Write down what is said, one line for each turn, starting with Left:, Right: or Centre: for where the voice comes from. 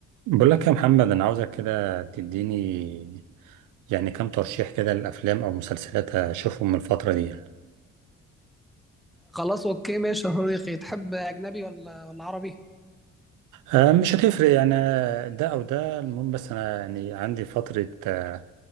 Right: بقول لك يا محمد انا عاوزك كده تديني يعني كام ترشيح كده للافلام او مسلسلات اشوفهم من الفتره دي يعني.
Centre: خلاص اوكي ماشي يا صديقي تحب اجنبي ولا ولا عربي
Right: آه، مش هتفرق يعني آه، ده او ده المهم بس انا يعني عندي فتره آه،